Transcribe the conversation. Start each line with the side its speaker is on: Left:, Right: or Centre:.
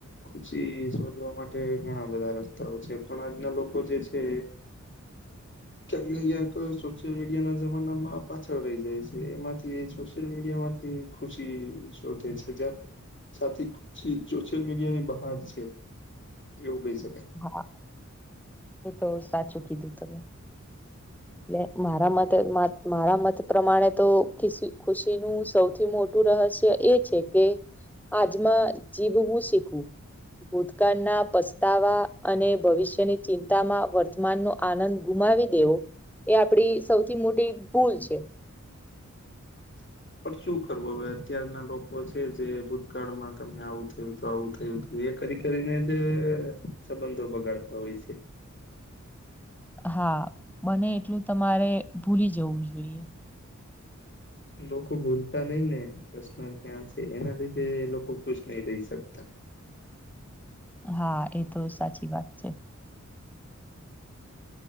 Left: ખુશી શોધવા માટે ઘણા બધા રસ્તાઓ છે પણ આજના લોકો જે છે
Centre: <inaudible>
Left: ક્યાંક ને ક્યાંક સોશિયલ મીડિયા ના જમાના માં પાછળ રહી જાય છે એમાંથી સોશિયલ મીડિયામાંથી ખુશી શોધે છે જ સાથે ખુશી સોશિયલ મીડિયા ની બહાર છે એવું કહી શકાય
Centre: હા એ તો સાચું કીધું તમે એટલે મારા મતે મારા મત પ્રમાણે તો ખ ખુશીનું સૌથી મોટું મોું રહસ્ય એ છે કે આજમાં જીભવું શીખવું પ્રકાર ના પસ્તાવા અને ભવિષ્યની ચિંતામાં વર્તમાનનોો આનંદ ગુમાવી દેવો એ આપડી સૌથી મોટી ભૂલ છે
Left: <unintelligible> પણ શું કરવું હવે અત્યારના લોકો છે જે ભૂતકાળમાં તમે આવું થયું તો આવું થયું એ કરી કરીને જ સંબંધો બગાડતા હોય છે
Centre: હા બને એટલું તમારે ભૂલી જવું જોઈએ
Left: લોકો ભૂલતા નહીિ ને પ્રશ્ન ક્યાં છે એના લીધે લોકો ખુશ નહી રહી શકતા
Centre: હા એ તો સાચી વાત છે